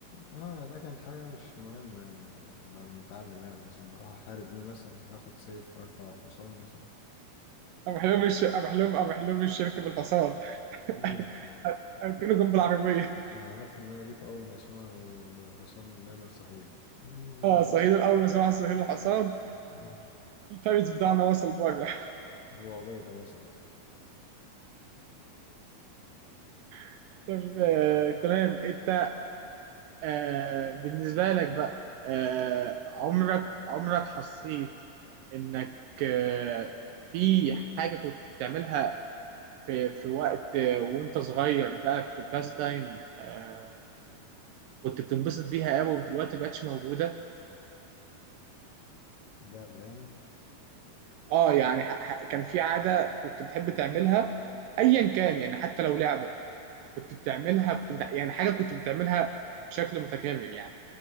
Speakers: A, on the left (about 70°); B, on the right (about 80°).
A: اه ده كان حاجة مش مهمة يعني بعد ما اتعلم يعني عشان اروح احارب بيه مثلا هاخد سيف واركب على الحصان مثلا
B: انا حلم الش... انا حلم انا حلم الشركه بالحصان
A: ايوه
B: <laughs> أركنه جنب العربية
A: عرفوا ان انا جيت اول ما يسمعوا الحصان بيعمل صهيل أمم،
B: اه صهيل الأول ما سمعها صهيل الحصان
A: ايوه
B: الفارس بتاعنا وصل بره
A: ابو عبيدة وصل
B: <laughs> طب آه، تمام أنت آه بالنسبة لك بقى آه عمرك عمرك حسيت إنك آه في حاجة كنت بتعملها في, في وقت آه وأنت صغير بقى في الباست تايم آه كنت بتنبسط بيها قوي ودلوقتي مبقتش موجودة؟
A: لعب يعني
B: آه يعني ح- ح- كان في عادة كنت بتحب تعملها أيا كان يعني حتى لو لعبة كنت بتعملها كنت بتع... يعني حاجة كنت بتعملها بشكل متكرر يعني